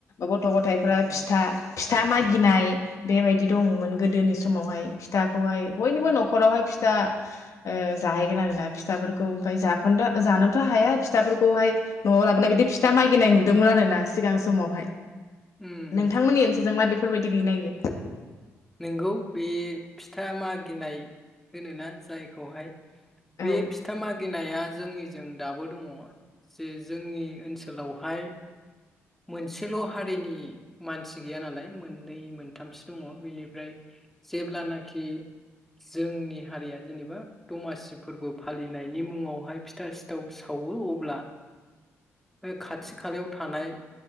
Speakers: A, on the left; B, in the centre.
A: गथ' गथायफ्रा
B: उम
A: फिथा फिथा मागिनाय बेबायदि दङमोन गोदोनि समावहाय। फिथाखौहाय बयनिबो न'खरावहाय फिथा ओ जाहैगोन आरो ना फिथाफोरखौ ओमफाय जाखोनदा जानोथ' हाया फिथाफोरखौहाय न'आव लाबोनाय बिदि फिथा मागिनाय नुदोंमोन आरो ना सिगां समावहाय।
B: उम
A: नोंथांमोननि
B: उम
A: ओनसोलजों मा बेफ बेफोरबायदि गैना गैया?
B: नोंगौ बे फिथा मागिनाय होनोना जायखौहाय बे
A: औ
B: फिथा मागिनाया जोंनिजों दाबो दङ जे जोंनि ओनसोलावहाय मोनसेल' हारिनि मानसि गैया नालाय मोननै मोनथामसो दङ बेनि फ्राय जेब्लानाखि जोंनि हारिया जेनेबा दमासि फोरबो फालिनायनि मुङावहाय फिथा सिथाव सावो अब्ला ओ बे खाथि खालायाव थानाय